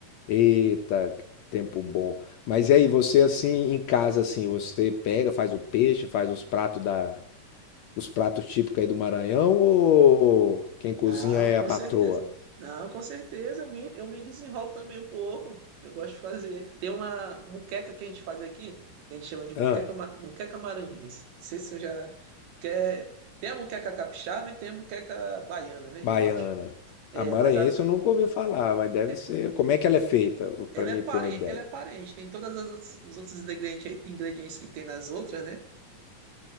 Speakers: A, on the left; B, on the right.
A: Eita, que tempo bom. Mas e aí você assim, em casa assim, você pega, faz o peixe, faz os pratos da os pratos típicos aí do Maranhão ou quem cozinha
B: Não,
A: é
B: com
A: a patroa?
B: certeza. Não, com certeza, eu me, eu me desenrolo também um pouco. Eu gosto de fazer. Tem uma muqueca que a gente faz aqui, que a gente chama de muqueca,
A: Hã?
B: ma- muqueca maranhense. Não sei se eu já quer. Tem a muqueca capixaba e tem a muqueca baiana, né?
A: Baiana.
B: Eu acho. É,
A: A maranhense
B: mas a-
A: eu nunca ouvi falar, mas deve
B: é-
A: ser. Como é que ela é feita?
B: ela
A: Pra mim
B: é parente,
A: ter uma ideia.
B: ela é parente. Tem todas as outras- os outros ingredientes, ingredientes que tem nas outras, né?